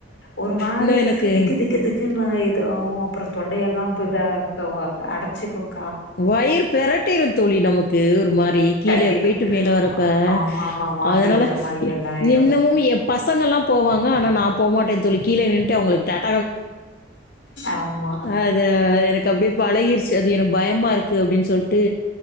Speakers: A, on the left; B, on the left.
A: ஒரு மாதிரி
B: இன்னும் எனக்கு
A: திக்கு திக்கு திக்குன்னு இதவும் அப்புறம் தொண்டையெல்லாம் இதா அடைச்சிக்கும்.
B: வயிற பெரட்டிர தோழி நமக்கு ஒரு மாரி கீழே
A: கண்டிப்பா.
B: போயிட்டு மேலே வரப்ப
A: ஆமா, ஆமா. வாந்தி
B: அதனால
A: வர மாரி எல்லாம் ஆயிடும்.
B: இன்னமும் எம்பசங்கள்லாம் போவாங்க. நா போ மாட்டேன் தோழி கீழே நின்ட்டு அவளுக்கு டாட் <unintelligible>
A: ஆமா.
B: அது எனக்கு அப்படியே பழகிருச்சு. அது எனக்கு ம்மா இருக்கு அப்படின்னு சொல்லிட்டு